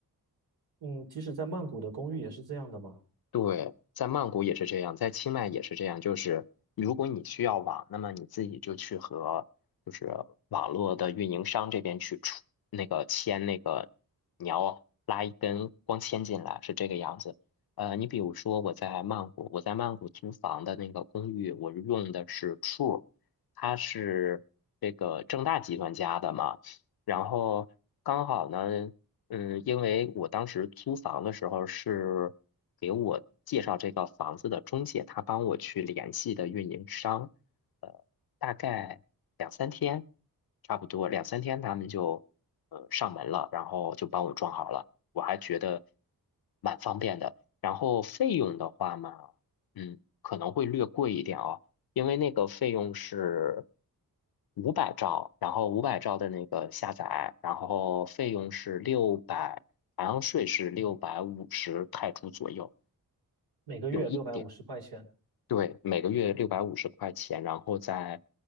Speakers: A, on the right; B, on the left.
A: 嗯，即使在曼谷的公寓也是这样的吗？
B: 对，在曼谷也是这样，在清迈也是这样。就是如果你需要网，那么你自己就去和就是网络的运营商这边去出那个签那个，你要拉一根光纤进来，是这个样子。呃，你比如说我在曼谷，我在曼谷租房的那个公寓，我用的是 True，它是这个正大集团家的嘛。然后刚好呢。嗯，因为我当时租房的时候是给我介绍这个房子的中介，他帮我去联系的运营商，呃，大概两三天，差不多两三天他们就呃上门了，然后就帮我装好了，我还觉得蛮方便的。然后费用的话嘛，嗯，可能会略贵一点哦，因为那个费用是五百兆，然后五百兆的那个下载，然后费用是六百，好像税是六百五十泰铢左右，
A: 每个月六百五十块钱。
B: 有一点，对，每个月六百五十块钱，然后在